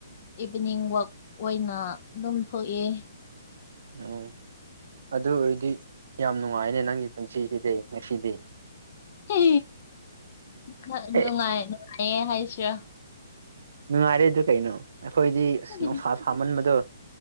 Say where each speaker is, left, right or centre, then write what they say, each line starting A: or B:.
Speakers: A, on the left; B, on the right.
A: ꯏꯚꯤꯅꯤꯡ ꯋꯥꯛ ꯑꯣꯏꯅ ꯑꯗꯨꯝ ꯊꯣꯛꯑꯦ
B: ꯑꯣ ꯑꯗꯨ ꯑꯣꯏꯔꯗꯤ ꯌꯥꯝ ꯅꯨꯡꯉꯥꯏꯌꯦꯅꯦ ꯅꯪꯒꯤ ꯄꯨꯟꯁꯤꯁꯤꯗꯤ ꯉꯁꯤꯗꯤ
A: ꯍꯦ ꯈ ꯅꯨꯡꯉꯥꯏ
B: ꯑꯦ
A: ꯌꯦ ꯍꯥꯏꯁꯤꯔꯥ
B: ꯅꯨꯡꯉꯥꯏꯔꯦ ꯑꯗꯨ ꯀꯩꯅꯣ ꯑꯩꯈꯣꯏꯗꯤ ꯑꯁ
A: ꯎꯝ
B: ꯅꯨꯡꯁꯥ ꯁꯥꯃꯟꯕꯗꯣ